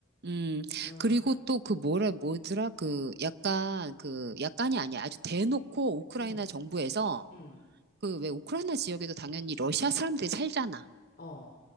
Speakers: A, on the right (about 55°); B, on the left (about 45°).
A: 음,
B: 응,
A: 그리고 또 그 뭐라, 뭐더라, 그 약간, 그 약간이 아니야. 아주 대놓고 우크라이나
B: 응,
A: 정부에서
B: 응.
A: 그 왜 우크라이나 지역에도 당연히 러시아 사람들이 살잖아.
B: 어.